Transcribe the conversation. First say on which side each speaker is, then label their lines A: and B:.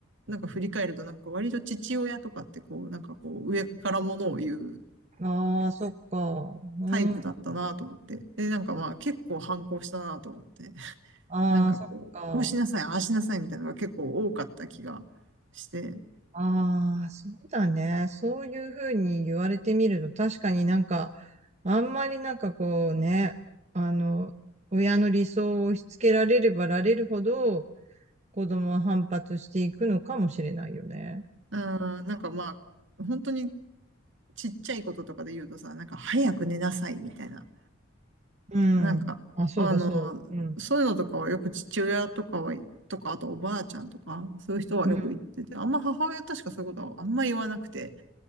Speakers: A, on the right; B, on the right.
A: なんか振り返ると、なんか割と父親とかってこう、なんかこう、上からものを言う
B: ああ、そっか。うん。
A: 体育だったなと思って。で、なんかまあ結構反抗したなと思って。<laughs>
B: ああ、
A: なんかこう、
B: そっか。
A: こうしなさい、ああしなさいみたいなのが結構多かった気がして。
B: ああ、そうだね。そういうふうに言われてみると、確かになんか、あんまりなんかこうね、あの、親の理想を押し付けられればられるほど、子供は反発していくのかもしれないよね。
A: うん、なんかまあ、本当にちっちゃいこととかで言うとさ、なんか早く寝なさいみたいな。
B: うん。
A: なんか、
B: あ、そうだ、
A: あの、
B: そう。うん。
A: そういうのとかはよく父親とかは、とか、あとおばあちゃんとか、そういう人はよく言ってて、
B: うん。
A: あんま母親確かそういうことはあんま言わなくて、